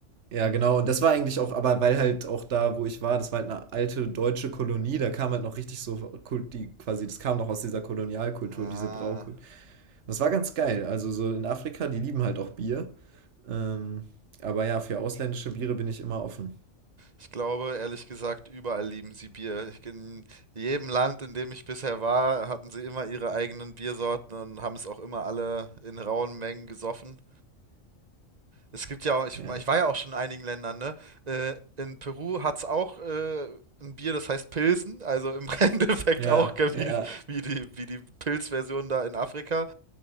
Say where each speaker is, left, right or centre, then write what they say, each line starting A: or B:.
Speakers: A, on the right; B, on the right.
A: ja, genau, und das war eigentlich auch, aber weil halt auch da, wo ich war, das war halt eine alte deutsche Kolonie, da kam halt noch richtig so, Kult- die quasi, das kam noch aus dieser Kolonialkultur,
B: Ah.
A: diese Braukultur. Das war ganz geil, also so in Afrika, die lieben halt auch Bier. Ähm, aber ja, für ausländische Biere bin ich immer offen.
B: Ich glaube, ehrlich gesagt, überall lieben sie Bier. Ich, in jedem Land, in dem ich bisher war, hatten sie immer ihre eigenen Biersorten und haben es auch immer alle in rauen Mengen gesoffen. Es gibt ja auch, ich,
A: Ja.
B: ich war ja auch schon in einigen Ländern, ne? Äh, in Peru hat's auch äh, ein Bier, das heißt Pilsen, also im <laughs> Endeffekt
A: Ja,
B: auch gell,
A: ja.
B: wie, wie die, wie die Pilzversion da in Afrika.